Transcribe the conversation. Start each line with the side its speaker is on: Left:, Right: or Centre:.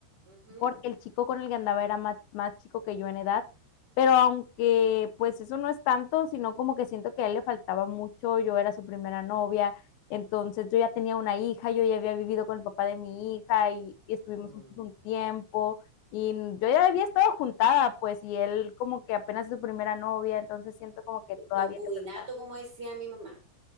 Right: Ujú.
Left: porque el chico con el que andaba era más, más chico que yo en edad, pero aunque pues eso no es tanto, sino como que siento que a él le faltaba mucho, yo era su primera novia, entonces yo ya tenía una hija, yo ya había vivido con el papá de mi hija y, y estuvimos
Right: Mm.
Left: juntos un tiempo y yo ya había estado juntada, pues, y él como que apenas es su primera novia, entonces siento como que todavía
Right: Concubinato,
Left: le faltaba.
Right: como decía mi mamá.